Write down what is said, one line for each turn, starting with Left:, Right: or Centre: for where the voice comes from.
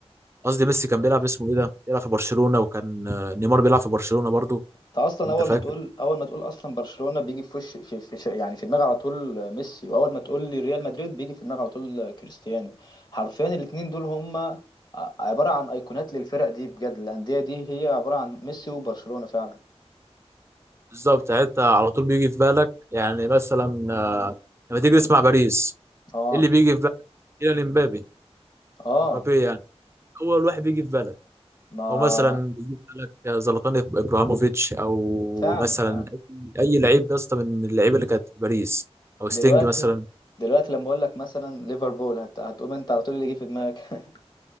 Right: قصدي ميسي كان بيلعب اسمه ايه ده بيلعب في برشلونه وكان آه، نيمار بيلعب في برشلونه برضو
Left: انت اصلا
Right: وانت
Left: اول
Right: فاكر
Left: ما تقول اول ما تقول اصلا برشلونة بيجي في وش في, في ش- يعني في دماغي على طول ميسي واول ما تقول لي ريال مدريد بيجي في دماغي على طول كريستيانو حرفيا الاتنين دول هم ع- عبارة عن ايقونات للفرق دي بجد الاندية دي هي عبارة عن ميسي وبرشلونة فعلا
Right: بالظبط يعني انت على طول بيجي في بالك يعني مثلا آه، لما تيجي تسمع باريس
Left: اه
Right: ايه اللي بيجي في بالك؟ إلى امبابي
Left: اه
Right: امبابي يعني اول واحد بيجي في بالك
Left: ما
Right: او مثلا يجيب لك زلاتان ابراهيموفيتش او
Left: فعلا
Right: مثلا
Left: فعلا
Right: اي أي لعيب يا اسطى من اللعيبه اللي كانت في باريس او ستينج
Left: دلوقتي
Right: مثلا
Left: دلوقتي لما اقول لك مثلا ليفربول هت... هتقوم انت على طول اللي يجي في دماغك <laughs>